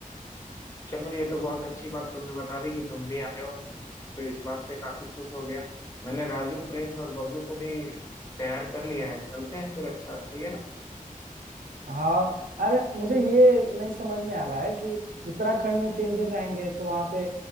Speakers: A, on the left; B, on the right.
A: चलो ये तो बहुत अच्छी बात तुमने बता दी कि तुम भी आ रहे हो तो इस बात से काफी खुश हो गया मैंने राजू प्रिंस और बबलू को भी तैयार कर लिया है चलते हैं फिर अच्छा ठीक है ना
B: हाँ अरे मुझे ये नहीं समझ में आ रहा है कि उत्तराखंड में तीन दिन रहेंगे तो वहाँ पे